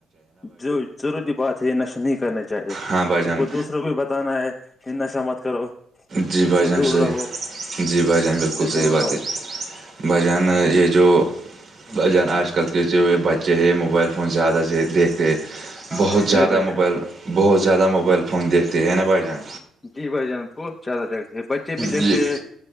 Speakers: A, on the left (about 25°); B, on the right (about 55°).
A: جو جروری بات <unintelligible> یہ نشہ نہیں کرنا چاہیے
B: ہاں بھائی جان
A: ہم کو دوسروں کو بھی بتانا ہے یہ نشہ مت کرو
B: جی بھائی
A: اس سے
B: جان
A: دور
B: صحیح
A: رہو
B: جی بھائی جان بالکل
A: اس سے
B: صحیح
A: دور
B: بات
A: رہو
B: ہے بھجن
A: جی بھائی
B: یہ جو بھجن آج کل کتے ہوئے بچے ہیں موبائل فون زیادہ دیکھتے بہت
A: جان
B: زیادہ
A: جی بھائی جان
B: موبائل بہت زیادہ موبائل فون دیکھتے ہے نا بھائی جان
A: جی بھائی جان بہت زیادہ جیکگتے ہیں بچے بھی دیکھتے
B: جی
A: ہیں